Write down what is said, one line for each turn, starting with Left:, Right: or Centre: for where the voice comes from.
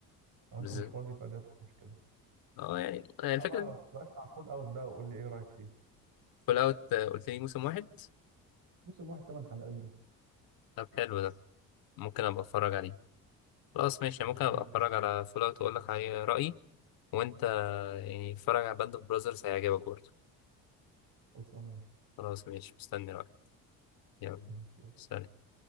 Right: لو انت
Left: بز...
Right: مش فاضي فدي هتبقى مشكله
Left: اه يعني
Right: اسمع
Left: يعني الفكرة
Right: بقى بقى اسمع فول اوت بقى وقول لي ايه رايك فيه
Left: فول اوت قلت لي موسم واحد
Right: موسم واحد ثمان حلقات ده
Left: طب حلو ده ممكن ابقى اتفرج عليه خلاص ماشي ممكن
Right: تمام
Left: ابقى اتفرج على فول اوت واقول لك عليه رأيي وانت يعني اتفرج على باند اوف براذرز هيعجبك برضه
Right: خلصانه ماشي
Left: خلاص ماشي مستني رأيك يلا
Right: ماشي يلا.
Left: سلام